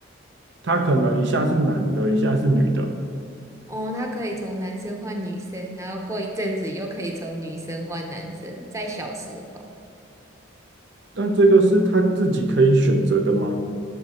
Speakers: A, on the right (about 65°); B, on the right (about 15°).
A: 他可能一下是男的，一下是女的，
B: 哦，它可以从男生换女生，然后过一阵子又可以从女生换男生，在小时候。
A: 但这个是他自己可以选择的吗？